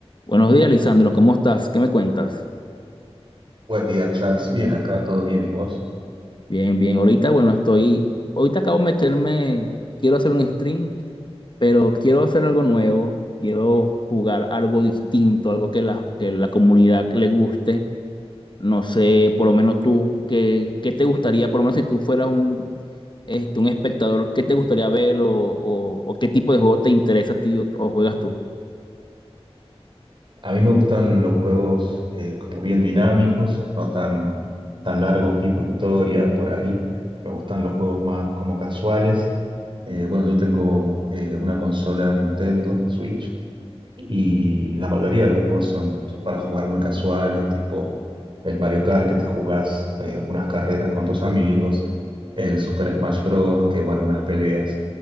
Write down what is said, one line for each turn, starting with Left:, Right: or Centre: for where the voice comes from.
Left: Buenos días, Lisandro. ¿Cómo estás? ¿Qué me cuentas?
Right: Buen día, Charles. Bien, acá todo bien. ¿Y vos?
Left: Bien, bien. Ahorita, bueno, estoy. Ahorita acabo de meterme. Quiero hacer un stream, pero quiero hacer algo nuevo. Quiero jugar algo distinto, algo que la, que la comunidad le guste. No sé, por lo menos tú, ¿qué, qué te gustaría? Por lo menos si tú fueras un, este, un espectador, ¿qué te gustaría ver o, o- o qué tipo de juego te interesa a ti o o juegas tú?
Right: A mí me gustan los juegos eh, como bien dinámicos, no tan, tan largos, tipo historia, por ahí. Me gustan los juegos más como casuales. Eh, bueno, yo tengo eh, una consola Nintendo Switch Y la mayoría de los juegos son, son para jugar muy casuales, tipo el Mario Kart que te jugás eh, unas carreras con tus amigos, el Super Smash Bros. que bueno, unas peleas.